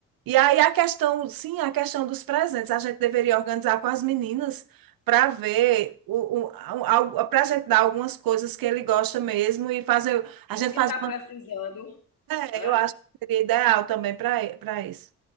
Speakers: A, on the right (about 55°); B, on the left (about 50°).
A: E aí a questão, sim, a questão dos presentes, a gente deveria organizar com as meninas para ver o, o, para a gente dar algumas coisas que ele gosta mesmo e fazer, a gente
B: O que
A: faz
B: está
A: uma,
B: precisando,
A: é,
B: né?
A: eu acho que seria ideal também para para isso.